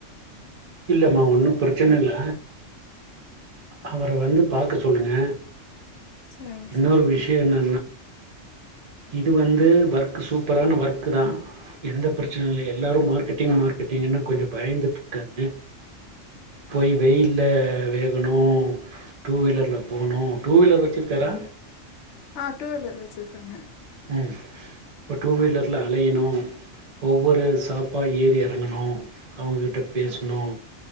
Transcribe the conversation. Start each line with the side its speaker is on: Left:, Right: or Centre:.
Right: இல்லமா ஒன்னும் பிரச்சனை இல்ல அவரை வந்து பாக்க சொல்லுங்க
Left: சரிங்க சார்.
Right: இன்னொரு விஷயன்ன இது வந்து ஒர்க் சூப்பரான ஒர்க் தான் எந்த பிரச்சன இல்ல எல்லாரும் மார்கெட்டிங் மார்கெட்டிங்னு கொஞ்சம்பயந்துட்டு இருக்காங்க போய் வெயில்ல ம் டூ வீலர்ல போகணும் டூ வீலர் வச்சுருக்காரா
Left: ஆஹ் டூவிலர் வச்சிருக்காங்க
Right: உம் இப்ப டூவீலர்ல அலையணும் ஒவ்வொரு சாப்பா ஏறி இறங்கணும் அவுங்கிட்ட பேசணும்